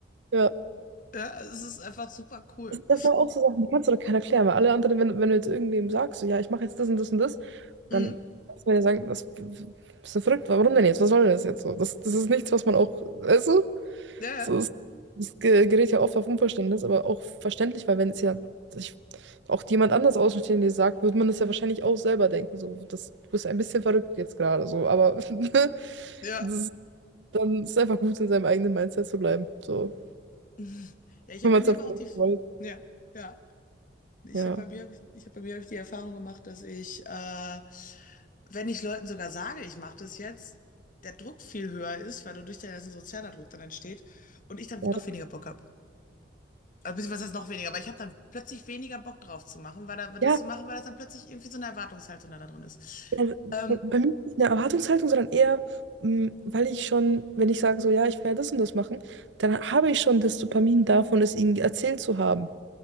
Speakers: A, on the right; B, on the left.
A: Ja,
B: Ja, also es ist einfach super cool.
A: das sind aber auch so Sachen, die kannst du doch keiner erklären, weil alle anderen, wenn, wenn du jetzt irgendwem sagst, so, ja, ich mache jetzt das und das und das,
B: Mhm.
A: dann kannst du mir ja sagen, was, bist du verrückt, warum denn jetzt? Was soll denn das jetzt so? Das, das ist nichts, was man auch, weißt du?
B: Ja,
A: So,
B: ja.
A: es, es ge- gerät ja oft auf Unverständnis, aber auch verständlich, weil wenn es ja sich auch jemand anders Außenstehende sagt, wird man das ja wahrscheinlich auch selber denken. So, das, du bist ein bisschen verrückt jetzt gerade, so, aber <laughs> ne,
B: Ja,
A: das, ist- dann ist es einfach gut, in seinem eigenen Mindset zu bleiben. So,
B: Mhm. Ja, ich
A: wenn
B: habe
A: man
B: bei mir
A: es erfolgt,
B: aber auch die,
A: wollte.
B: ja, ja. Ich
A: Ja.
B: habe bei mir, ich habe bei mir hab ich die Erfahrung gemacht, dass ich, äh, wenn ich Leuten sogar sage, ich mache das jetzt, der Druck viel höher ist, weil dadurch der ganze sozialer Druck dann entsteht und ich dann
A: Ja,
B: noch
A: das-
B: weniger Bock habe. Also beziehungsweise heißt noch weniger, aber ich habe dann plötzlich weniger Bock drauf zu machen, weil da, das
A: ja,
B: zu machen, weil das dann plötzlich irgendwie so eine Erwartungshaltung da drin ist.
A: also
B: Ähm,
A: bei bei mir ist es nicht eine Erwartungshaltung, sondern eher, mh, weil ich schon, wenn ich sage so, ja, ich werde das und das machen, dann habe ich schon das Dopamin davon, es ihnen erzählt zu haben.